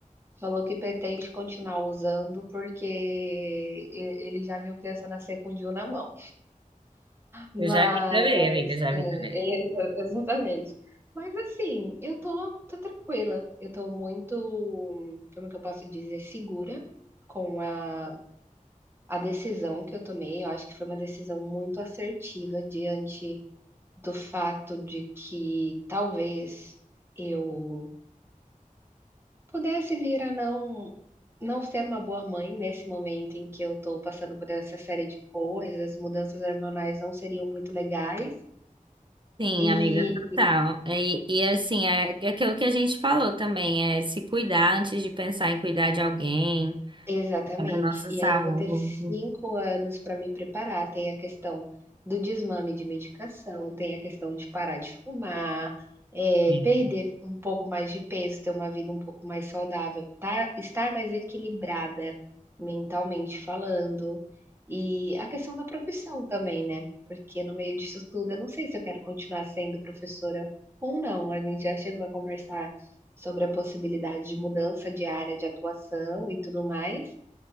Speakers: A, on the right; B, on the right.
A: falou que pretende continuar usando, porque e ele já viu criança nascer com o DIU na mão. Mas
B: Eu já vi também, amiga, já
A: é,
B: vi
A: <laughs>
B: também.
A: exa exatamente. Mas assim, eu tô tô tranquila, eu tô muito, como que eu posso dizer, segura com a a decisão que eu tomei, eu acho que foi uma decisão muito assertiva diante Do fato de que talvez eu pudesse vir a não não ser uma boa mãe nesse momento em que eu estou passando por essa série de coisas, mudanças hormonais não seriam muito legais,
B: Sim,
A: e
B: amiga, total. E, e assim, é é aquilo que a gente falou também, é se cuidar antes de pensar em cuidar de alguém,
A: Exatamente.
B: da nossa
A: E
B: saúde.
A: aí eu vou ter 5 anos para me preparar. Tem a questão do desmame de medicação, tem a questão de parar de fumar, eh,
B: Uhum.
A: perder um pouco mais de peso, ter uma vida um pouco mais saudável, tá estar mais equilibrada mentalmente falando. E a questão da profissão também, né, porque no meio disso tudo eu não sei se eu quero continuar sendo professora ou não. A gente já chegou a conversar sobre a possibilidade de mudança de área de atuação e tudo mais.